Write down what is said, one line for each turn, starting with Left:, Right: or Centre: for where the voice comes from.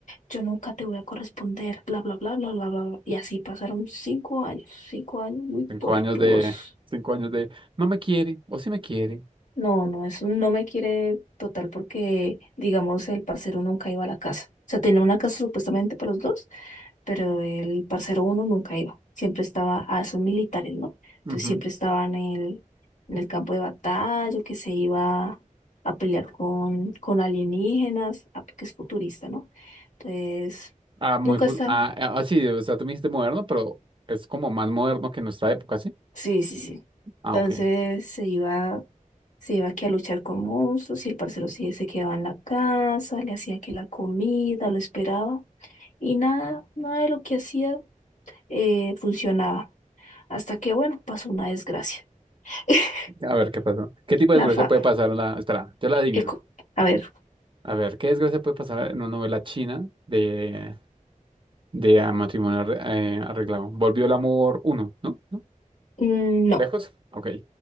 Left: yo nunca te voy a corresponder, bla, bla, bla, bla, bla, bla, bla. Y así pasaron cinco años, cinco años muy
Right: Cinco
Left: tortuosos.
Right: años de, <laughs> cinco años de no me quiere o sí me quiere.
Left: No, no, eso no me quiere total porque, digamos, el parcero nunca iba a la casa. O sea, tenía una casa supuestamente para los dos, pero el parcero uno nunca iba. Siempre estaba, ah, son militares, ¿no? Entonces
Right: Ujú.
Left: siempre estaba en el, en el campo de batalla, o que se iba a pelear con, con alienígenas, ah, porque es futurista, ¿no? Entonces,
Right: Ah, muy,
Left: nunca
Right: fu-
Left: estaba.
Right: ah, ah, ah, sí, o sea, tú me dijiste moderno, pero es como más moderno que nuestra época, ¿sí?
Left: Sí, sí, sí.
Right: Ah,
Left: Entonces
Right: ok.
Left: se iba, se iba aquí a luchar con monstruos y el parcero sí se quedaba en la casa, le hacía que la comida, lo esperaba y nada, nada de lo que hacía eh, funcionaba. Hasta que, bueno, pasó una desgracia. <laughs>
Right: A ver, ¿qué pasó? ¿Qué tipo de
Left: La
Right: desgracia
Left: fa...
Right: puede pasar en la... Espera, yo la adivino.
Left: eco- A ver,
Right: A ver, ¿qué desgracia puede pasar en una novela china de, de ah, matrimonio arre- eh, arreglado? Volvió el amor uno, ¿no? ¿No?
Left: mm, no.
Right: ¿Lejos? Ok,